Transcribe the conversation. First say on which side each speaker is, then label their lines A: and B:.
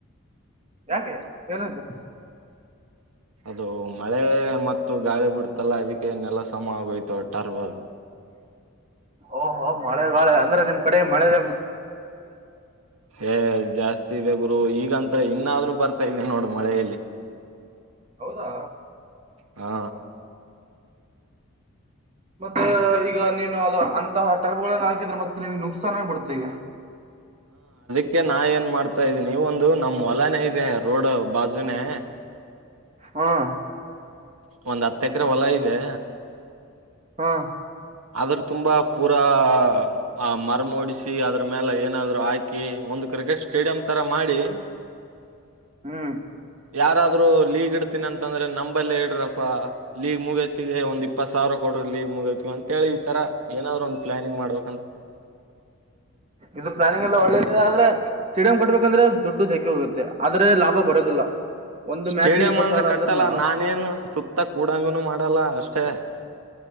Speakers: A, on the right; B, on the right.
A: ಯಾಕೆ ಏನಾತು?
B: ಅದು ಮಳೆ ಮತ್ತು ಗಾಳಿ ಬಿಡ್ತ್ ತಲ್ಲ ಅದಿಕ್ಕೆ ನೆಲ ಸಮ ಆಗೋಯ್ತು ಟರ್ಬಲ್
A: ಓಹೋ ಮಳೆ ಗಾಳೆ ಅಂದ್ರೆ ನಿಮ್ ಕಡೆ ಮಳೆದ್
B: ಏಯ್ ಜಾಸ್ ತಿ ಇದೆ ಗುರು ಈಗಂತ ಇನ್ನಾದ್ರು ಬರ್ತಾ ಇದೆ ನೋಡು ಮಳೆಯಲ್ಲಿ.
A: ಹೌದಾ
B: ಹಾ
A: ಮತ್ತ ಈಗ ನೀನು ಅದು ಅಂತಹ ಟರ್ಗಳನ್ನ ಹಾಕಿದ್ರೆ ಮತ್ತೆ ನಿನ್ಗೆ ನುಕ್ಸಾನ ಬಿಡುತ್ತೆ ಈಗ.
B: ಅಕೆ ನಾ ಏನ್ ಮಾಡ್ತಾ ಇದ್ದೀನಿ ಒಂದು ನಮ್ಮ್ ಹೊಲನೆ ಇದೆ ರೋಡ್ ಬಾಜುನೆ
A: ಹ್ಮ್
B: ಒಂದ್ ಹತ್ ಎಕರೆ ಹೊಲ ಇದೆ.
A: ಹ್ಮ್
B: ಆದ್ರ ತುಂಬಾ ಪೂರಾ ಆ ಮರಮೋಡಿಸಿ ಅದ್ರ ಮೇಲೆ ಏನಾದ್ರು ಹಾಕಿ ಒಂದು ಕ್ರಿಕೆಟ್ ಸ್ಟೇಡಿಯಂ ತರ ಮಾಡಿ
A: ಹ್ಮ್
B: ಯಾರಾದ್ರು ಲೀಗ್ ಇಡ್ತೀನಿ ಅಂತಂದ್ರೆ ನಂಬಲ್ಲ ಇಡ್ರಪ್ಪಾ ಲೀಗ್ ಮುಗೈತಿಗೆ ಒಂದ್ ಇಪ್ಪತ್ ಸಾವಿರ ಕೊಡ್ರಿ ಲೀಗ್ ಮುಗೈತಿ ಅಂತ ಹೇಳಿ ಈ ತರ ಏನಾದ್ರು ಒಂದ್ ಪ್ಲಾನಿಂಗ್ ಮಾಡಬೇ
A: ಇದು ಪ್ಲಾನಿಂಗ್ ಎಲ್ಲ ಒಳ್ಳೇದಿದೆ ಆದ್ರೆ ಸ್ಟೇಡಿಯಂ ಕಟ್ಬೇಕಂದ್ರೆ ದುಡ್ಡು ಜಗ್ಗಿ ಹೋಗುತ್ತೆ. ಆದ್ರೆ ಲಾಭ ಬರೋದಿಲ್ಲ ಒಂದು
B: ಸ್ಟೇಡಿಯಂ
A: ಮ್ಯಾಚ್ ಇಪ್ಪತ್ತು
B: ಅಂದ್ರೆ
A: ಸಾವಿರ
B: ಕಟ್ಟಲ್ಲ
A: ಅಂದ್ರನ
B: ನಾನೇನು ಸುತ್ತ ಕೂಡಂಗನು ಮಾಡಲ್ಲ ಅಷ್ಟೇ